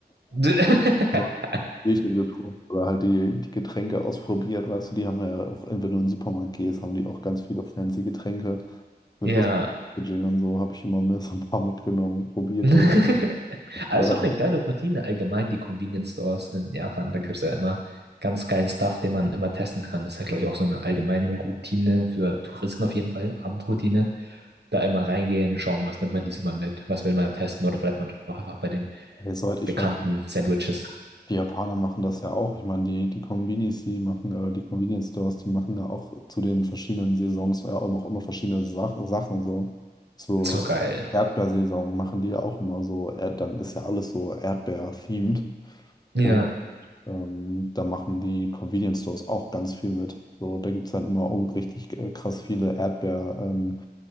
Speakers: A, on the right; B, on the left.
A: <laughs>
B: <laughs> nur Bierchen getrunken oder halt die, die Getränke ausprobiert. Weißt du, die haben ja auch, wenn du in den Supermarkt gehst, haben die auch ganz viele fancy Getränke mit
A: Ja.
B: Lust. Packaging und so habe ich immer mehr so ein paar mitgenommen und probiert
A: <laughs>
B: hier.
A: Aber
B: Leider,
A: es ist auch eine geile Routine allgemein, die Convenience Stores in Japan. Da gibt es ja immer ganz geilen Stuff, den man immer testen kann. Das ist ja, glaube ich, auch so eine allgemeine Routine für Touristen auf jeden Fall, Abendroutine. Da immer reingehen, schauen, was nimmt man dieses Mal mit, was will man testen oder bleibt man doch einfach bei den
B: ey, soweit ich
A: bekannten
B: weiß,
A: Sandwiches.
B: Die Japaner machen das ja auch. Ich meine, die, die Kombinis, die machen, oder die Convenience Stores, die machen ja auch zu den verschiedenen Saisons ja auch noch immer verschiedene Sach Sachen so. Zur
A: So geil.
B: Erdbeersaison machen die ja auch immer so, Erd dann ist ja alles so Erdbeer-themed.
A: Ja.
B: Und ähm, da machen die Convenience Stores auch ganz viel mit. So, da gibt es dann immer un- richtig äh, krass viele Erdbeer, ähm,